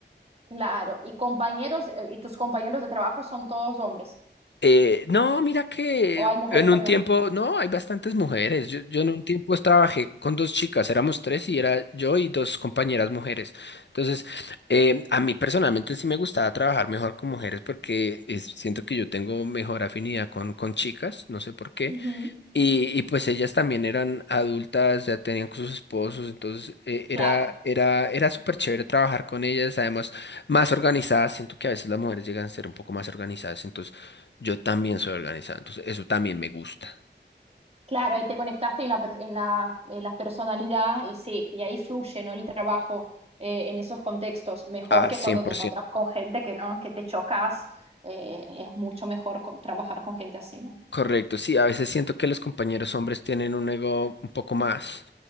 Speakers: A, on the right; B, on the left.
A: Claro, y compañeros, eh, y tus compañeros de trabajo son todos hombres,
B: Eh, no, mira que
A: o hay mujeres
B: en
A: también.
B: un tiempo, no, hay bastantes mujeres. Yo, yo en un tiempo trabajé con dos chicas, éramos tres y era yo y dos compañeras mujeres. Entonces, eh, a mí personalmente sí me gustaba trabajar mejor con mujeres porque es- siento que yo tengo mejor afinidad con, con chicas, no sé por qué.
A: Ujú,
B: Y, y pues ellas también eran adultas, ya tenían con sus esposos, entonces eh, era,
A: Claro,
B: era, era súper chévere trabajar con ellas, además más organizadas, siento que a veces las mujeres llegan a ser un poco más organizadas, entonces yo también soy organizada, entonces eso también me gusta,
A: claro, ahí te conectaste en la, per- en la, en la personalidad y sí, y ahí fluye, ¿no? El trabajo eh, en esos contextos, mejor
B: a
A: que
B: ciento
A: cuando te encontrás con gente que no, que te chocas, eh, es mucho mejor co- trabajar con gente así, ¿no?
B: Correcto, sí, a veces siento que los compañeros hombres tienen un ego un poco más.